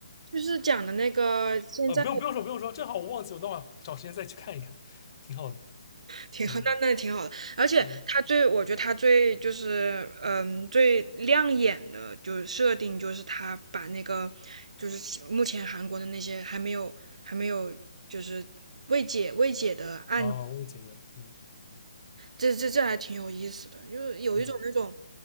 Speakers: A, on the right; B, on the left.
A: 就是讲的那个现在
B: 呃，不用不用说不用说，正好我忘记，我等会找时间再去看一看，挺好的。
A: 挺好，
B: 嗯
A: 那那挺好的。而且他最，
B: 嗯，
A: 我觉得他最就是嗯最亮眼的就是设定，就是他把那个就是目前韩国的那些还没有还没有就是未解未解的案
B: 哦，我也觉得，嗯
A: 这这这还挺有意思的，就是有一种那种
B: 嗯，